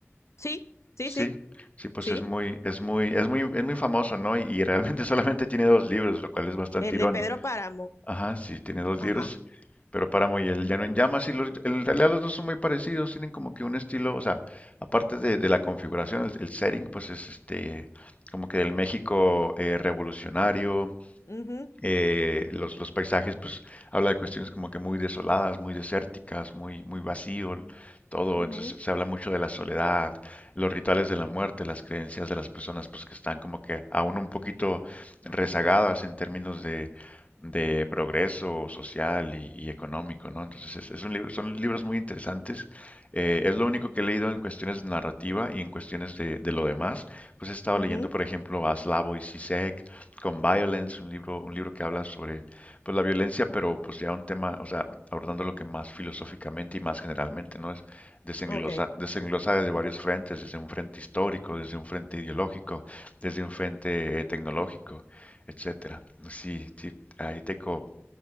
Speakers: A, on the left; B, on the left.
A: Sí, sí,
B: Sí,
A: sí,
B: sí, pues
A: sí.
B: es muy, es muy, es muy, es muy famoso, ¿no? Y, y realmente <laughs> solamente tiene dos libros, lo cual es bastante
A: El
B: irónico.
A: de Pedro Páramo.
B: Ajá, sí, tiene dos
A: Ajá.
B: libros, pero Páramo y El Llano en Llamas, y los, en realidad los dos son muy parecidos, tienen como que un estilo, o sea, aparte de, de la configuración, el, el setting, pues es este, como que del México eh, revolucionario,
A: Ujú,
B: eh, los, los paisajes, pues habla de cuestiones como que muy desoladas, muy desérticas, muy, muy vacío, todo.
A: ujú,
B: Entonces se habla mucho de la soledad, los rituales de la muerte, las creencias de las personas pues que están como que aún un poquito rezagadas en términos de, de progreso social y, y económico, ¿no? Entonces es, es un libro, son libros muy interesantes. Eh, es lo único que he leído en cuestiones de narrativa y en cuestiones de, de lo demás. Pues he estado
A: ujú.
B: leyendo, por ejemplo, a Slavoj Zizek, con Violence, un libro, un libro que habla sobre pues, la violencia, pero pues ya un tema, o sea, abordando lo que más filosóficamente y más generalmente, ¿no? Es desenglosa,
A: Ok.
B: desenglosa desde varios frentes, desde un frente histórico, desde un frente ideológico, desde un frente eh, tecnológico, etcétera. Si, si ahí teco,